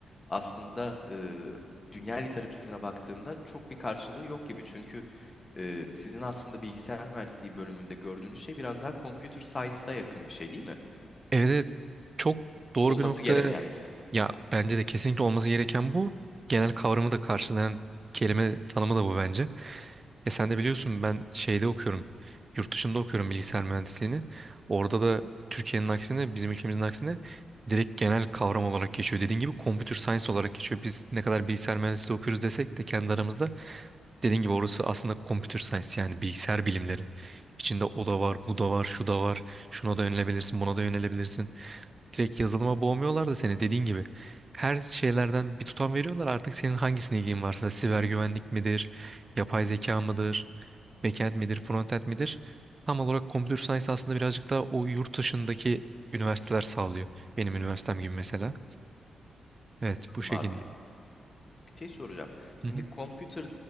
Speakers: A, on the left (about 30°); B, on the right (about 30°).
A: aslında e, dünya literatürüne baktığında çok bir karşılığı yok gibi. Çünkü e, sizin aslında bilgisayar mühendisliği bölümünde gördüğünüz şey biraz daha computer science'a yakın bir şey değil mi?
B: Evet evet çok doğru
A: Olması
B: bir noktaya
A: gereken.
B: Ya bence de kesinlikle olması gereken bu. Genel kavramı da karşılayan kelime tanımı da bu bence. E sen de biliyorsun ben şeyde okuyorum. Yurt dışında okuyorum bilgisayar mühendisliğini. Orada da Türkiye'nin aksine bizim ülkemizin aksine direkt genel kavram olarak geçiyor. Dediğin gibi computer science olarak geçiyor. Biz ne kadar bilgisayar mühendisliği okuyoruz desek de kendi aramızda dediğin gibi orası aslında computer science yani bilgisayar bilimleri. İçinde o da var, bu da var, şu da var. Şuna da yönelebilirsin, buna da yönelebilirsin. Direkt yazılıma boğmuyorlar da seni dediğin gibi. Her şeylerden bir tutam veriyorlar. Artık senin hangisine ilgin varsa siber güvenlik midir, yapay zeka mıdır, backend midir, frontend midir? Tam olarak computer science aslında birazcık daha o yurt dışındaki üniversiteler sağlıyor. Benim üniversitem gibi mesela.
A: Anladım
B: Evet,
A: anladım
B: bu şekilde.
A: abi. bir şey soracağım.
B: Hı
A: Şimdi
B: hı,
A: computer